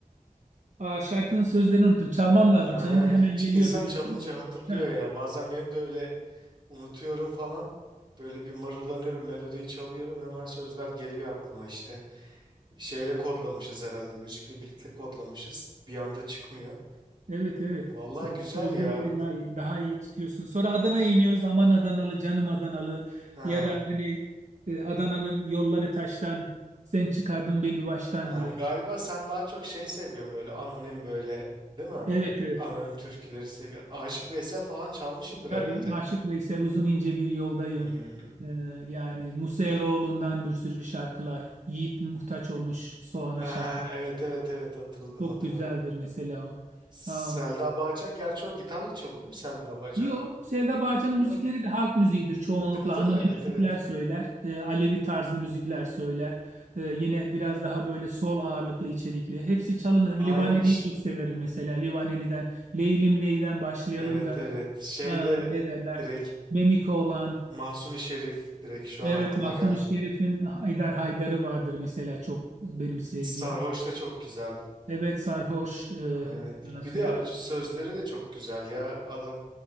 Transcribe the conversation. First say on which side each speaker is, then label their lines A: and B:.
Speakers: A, on the right; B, on the right.
A: aa, şarkının sözlerini unuttum. Çalmam lazım.
B: Aynen
A: Çalınca hemen
B: ç-
A: geliyor
B: insan
A: biliyorsun.
B: çalınca hatırlıyor
A: Ha,
B: ya bazen benim de öyle unutuyorum falan. Böyle bir mırıldanıyorum melodiyi çalıyorum hemen sözler geliyor aklıma işte. Şeyle kodlamışız herhalde müzikle birlikte kodlamışız. Bir anda çıkmıyor.
A: evet evet.
B: Vallahi
A: Sö-
B: güzel
A: Sözler
B: ya.
A: öyle daha iyi, daha iyi tutuyorsun. Sonra Adana'ya iniyoruz. Aman Adanalı, canım Adanalı.
B: Ha.
A: Ya da hani e, Adana'nın yolları taştan. Sen çıkardın beni baştan
B: Ha,
A: diye.
B: galiba sen daha çok şey seviyorsun böyle anonim böyle değil mi?
A: Evet evet.
B: Anonim türküleri seviyorsun. Aşık Veysel falan çalmışındır
A: Tabii
B: herhalde.
A: Aşık Veysel Uzun ince bir yoldayım.
B: Hmm.
A: Ee, yani Musa Eroğlu'ndan bir sürü şarkılar. Yiğit Muhtaç olmuş Soğan'a
B: Ha, ha,
A: şarkı.
B: evet evet evet hatırladım
A: Çok
B: hatırladım.
A: güzeldir mesela o.
B: Selda
A: Um,
B: Bağcan gerçi o gitarla çalıyor değil mi Selda Bağcan?
A: yo, Selda Bağcan'ın
B: Değil
A: müzikleri
B: mi?
A: de halk müziğidir çoğunlukla.
B: Değil mi değil
A: Anonim
B: mi? Evet
A: müzikler
B: evet.
A: söyler. e, Alevi tarzlı müzikler söyler. E, yine biraz daha böyle sol ağırlıklı içerikli. Hepsi çalınır.
B: Aynen
A: Livaneli'yi
B: ş-
A: çok severim mesela. Livaneli'den Leylim Ley'den başlayalım
B: evet
A: da
B: evet. Şey
A: e,
B: de
A: ne derler?
B: e, direkt
A: Memiko olan
B: Mahsuni Şerif direkt şu
A: Evet,
B: an aklıma
A: Mahzun-ı
B: geldi.
A: Şerif'in Haydar Haydar'ı vardır mesela çok benim sevdiğim.
B: Sarhoş da çok güzel.
A: Evet Sarhoş e,
B: Aynen.
A: ondan sonra.
B: Bir de sözleri de çok güzel ya adam.